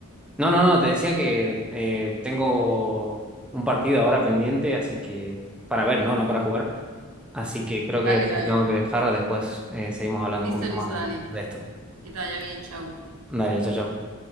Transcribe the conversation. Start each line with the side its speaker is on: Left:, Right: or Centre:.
Centre: No, no, no, te decía que eh, tengo un partido ahora pendiente, así que para ver, ¿no? No para jugar. Así que creo
Right: Dale,
Centre: que te
Right: dale,
Centre: tengo
Right: dale.
Centre: que dejar, después eh, seguimos hablando
Right: Listo,
Centre: un poquito
Right: listo,
Centre: más
Right: dale.
Centre: de, de esto.
Right: Que te vaya bien, chau.
Centre: Dale, chao, chao.